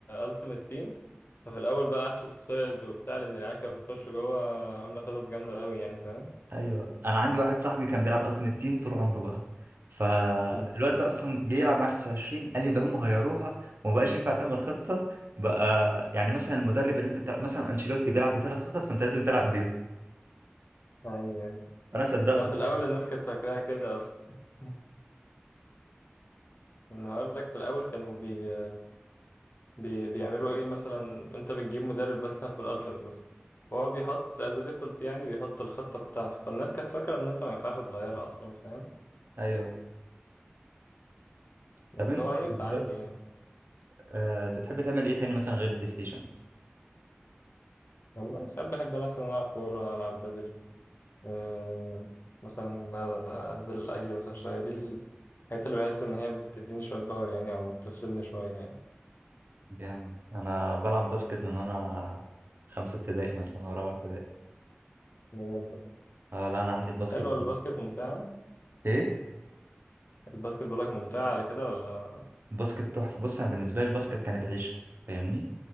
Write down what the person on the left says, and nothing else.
ألتيمت تيم ففي الأول بقى قعدت شفت تويلز وبتاع لأن العيال كانت بتخش جوه عاملة خطط جامدة أوي يعني فاهم
مم.
أيوه أيوه
لا في
الأول الناس كانت فاكراها كده أصلا <laughs> أنا هقول لك في الأول كانوا بي بي بيعملوا ايه مثلا انت بتجيب مدرب مثلا في الالتيميت مثلا هو بيحط از ديفولت يعني بيحط الخطه بتاعته فالناس كانت فاكره ان انت ما ينفعش تغيرها اصلا فاهم
بس
هو ينفع
عادي يعني
والله ساعات بحب مثلا العب كوره العب بدل آه مثلا انزل اجري مثلا شويه دي الحاجات اللي بحس ان هي بتديني شويه باور يعني او بتفصلني شويه يعني
بجد.
حلوه الباسكت ممتعه
الباسكت بقولك ممتعه على كده ولا